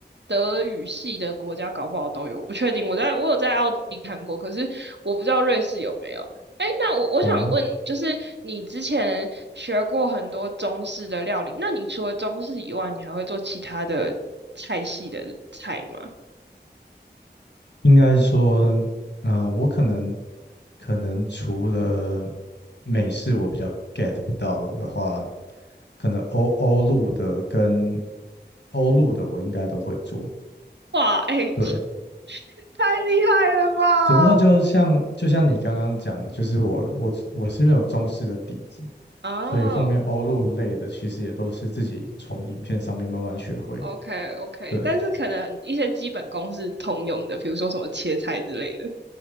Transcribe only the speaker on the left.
哦，
应该说，呃，我可能可能除了美式我比较 get 不到的话，可能欧欧陆的跟欧陆的我应该都会做。
对，
只不过就像就像你刚刚讲的，就是我我我是因为有中式的底子，
所以后面欧陆类的其实也都是自己从影片上面慢慢学会的。
对，